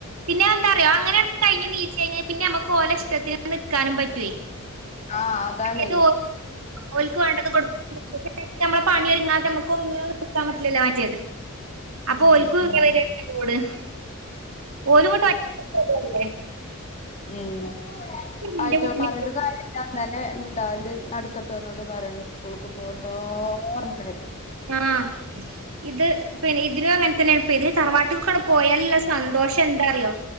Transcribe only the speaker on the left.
ആഹ് അതാണേ
ഉം
ഉം
ഉം
ആയിട്ട്
പറഞ്ഞ് കാര്യന്നെ എന്താന്റെ നടുക്കത്തവനോട് പറയണം സ്കൂളക്ക് പോണ് എന്തോർണ കാര്യ